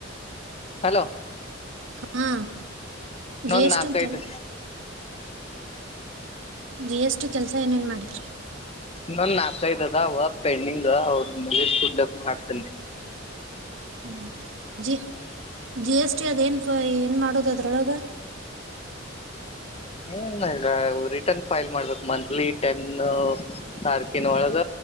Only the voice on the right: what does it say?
ಹಾ
ಜಿ ಎಸ್
ಟಿ
ಕೆಲ್ ಜಿ ಎಸ್ ಟಿ ಕೆಲ್ಸ ಏನೇನ್ ಮಾಡಿದ್ರಿ.
ಹ್ಮ ಜ ಜಿ ಎಸ್ ಟಿ ಅದೇನ್. ಅ ಏನು ಮಾಡೋದು ಅದ್ರೊಳಗ.